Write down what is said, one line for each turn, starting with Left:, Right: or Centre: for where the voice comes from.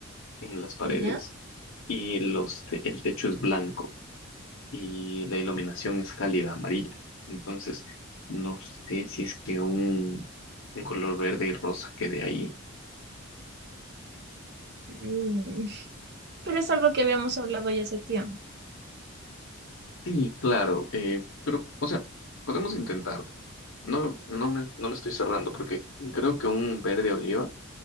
Left: en las paredes
Right: ¿Ya?
Left: y los te- el techo es blanco y la iluminación es cálida amarilla. Entonces, no sé si es que un, un color verde y rosa quede ahí.
Right: Mm, Pero es algo que habíamos hablado ya hace tiempo.
Left: Sí, claro, eh, pero, o sea, podemos intentarlo. No, no me, no me estoy cerrando porque creo que un verde oliva